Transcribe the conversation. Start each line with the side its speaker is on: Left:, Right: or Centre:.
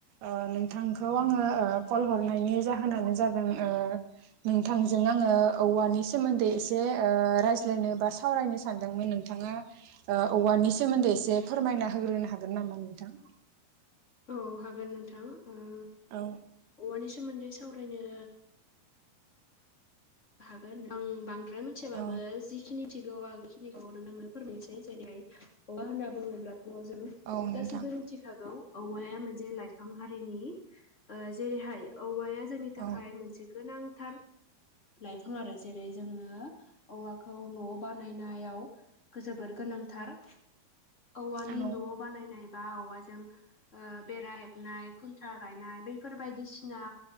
Right: ओ नोंथांखौ आङो ओ कल हरनायनि जाहोनानो जादों ओ नोंथांजों आङो औवानि सोमोन्दै एसे ओ रायज्लायनो बा सावरायनो सानदोंमोन नों नोंथाङा ओ औवानि सोमोन्दै एसे फोरमायना होग्रोनो हागोन नामा नोंथां।
Left: औ हागोन नोंथां ओ
Right: औ।
Left: औवानि सोमोन्दै सावरायनो हागोन आं बांद्राय मिथियाबाबो
Right: औ
Left: जि खिनिथिगौ आं बेखिनिखौ नोंथांनो फोरमायनोसै जेरैहाय औवा होनना बुङोब्लाथ' जों
Right: औ नोंथां
Left: गासैबो मिथिखागौ औवाया मोनसे लाइफां हारिनि ओ जेरैहाय औवाया जोंनि थाखाय
Right: औ
Left: मोनसे गोनांथार लाइफां आरो जेरै जोंनो औवाखौ न' बानायनायाव जोबोर गोनांथार औवानि
Right: औ
Left: न' बानायनाय बा औवाजों ओ बेरा हेबनाय खुन्थ्रा गायनाय बैफोर बायदिसिना